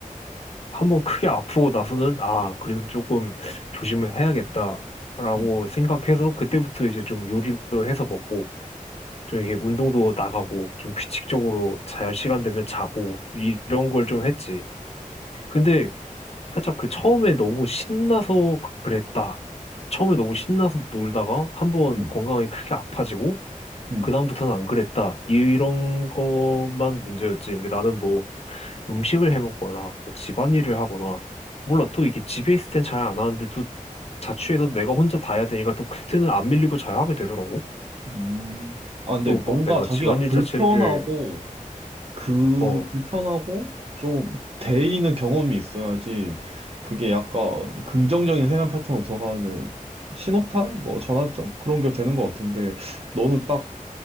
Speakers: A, on the left (about 45°); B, on the right (about 45°).
A: 한번 크게 아프고 나서는 아, 그래도 조금 조심을 해야겠다라고
B: 음,
A: 생각해서 그때부터 이제 좀 요리도 해서 먹고 좀 이게 운동도 나가고 좀 규칙적으로 잘 시간 되면 자고 이- 이런 걸 좀 했지. 근데 살짝 그 처음에 너무 신나서 그랬다. 처음에 너무 신나서 놀다가 한번
B: 음,
A: 건강이 크게 아파지고
B: 음.
A: 그다음부터는 안 그랬다. 이런 것만 문제였지. 근데 나는 뭐 음식을 해 먹거나 뭐 집안일을 하거나 몰라. 또 이게 집에 있을 땐 잘 안 하는데 또 자취해서 내가 혼자 다 해야 되니까 또 그때는 안 밀리고 잘 하게 되더라고.
B: 음. 아, 근데
A: 또 막
B: 뭔가
A: 내가
B: 자기가
A: 집안일
B: 불편하고,
A: 자체를
B: 그
A: 어,
B: 불편하고 좀 데이는 경험이 있어야지 그게 약간 긍정적인 생활 패턴으로 들어가는 신호타? 뭐 전환점? 그런 게 되는 것 같은데 너는 딱